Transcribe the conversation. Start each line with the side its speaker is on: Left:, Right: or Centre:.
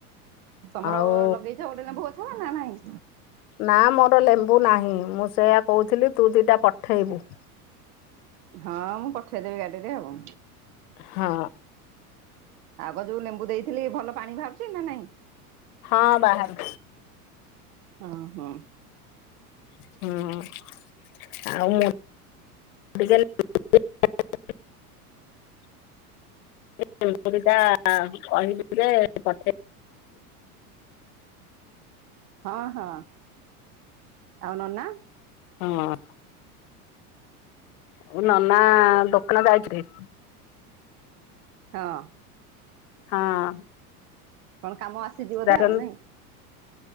Right: ତମର
Left: ଆଉ
Right: ଲଗେଇଛ ଗୋଟେ ଲେମ୍ବୁ ଅଛ ନା ନାଇଁ।
Left: ନା ମୋର ଲେମ୍ବୁ ନାହିଁ ମୁଁ ସେଇୟା କହୁଥିଲି ତୁ ଦିଇଟା ପଠେଇବୁ।
Right: ହଁ ମୁଁ ପଠେଇଦେବି ଗାଡ଼ିରେ ଆଉ।
Left: ହଁ।
Right: ଆଗ ଯୋଉ ଲେମ୍ବୁ ଦେଇଥିଲି ଭଲ ପାଣି ବାହାରୁଛି ନା ନାଇଁ।
Left: ହଁ ବାହାରୁ
Right: ଓ ହୋ।
Left: ହଁ ଆଉ <unintelligible> <inaudible>
Right: ହଁ ହଁ। ଆଉ ନନା?
Left: ହଁ। ଆଉ ନନା ଦୋକାନ ଯାଇଥେବେ।
Right: ହଁ।
Left: ହଁ
Right: କଣ କାମ ଆସିଛି ବୋଧେ ଆଉ
Left: <unintelligible>
Right: ନାଇଁ?